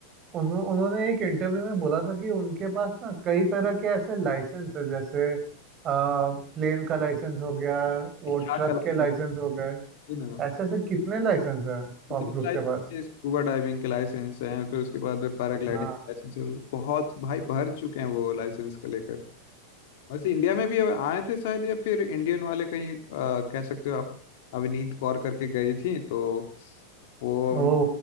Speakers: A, on the right; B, on the left.
A: उन्हों, उन्होंने एक इंटरव्यू में बोला था कि उनके पास ना कई तरह के ऐसे लाइसेंस है जैसे प्लेन का लाइसेंस हो गया वो
B: क्या
A: ट्रक
B: क्या license
A: के लाइसेंस हो गए
B: है ना
A: ऐसे ऐसे कितने लाइसेंस है टॉम
B: इतनी
A: क्रूज
B: लाइसेंस
A: के पास
B: स्कूबा डाइविंग के लाइसेंस हैं फिर उसके बाद पैराग्लाइडिंग
A: हाँ
B: लाइसेंस है बहुत भाई भर चुके हैं वो लाइसेंस को लेकर वैसे इंडिया में भी आए थे शायद या फिर इंडियन वाले कहीं अ, कह सकते हो आप अविनीत कौर करके गई थी तो वो
A: ओ
B: उन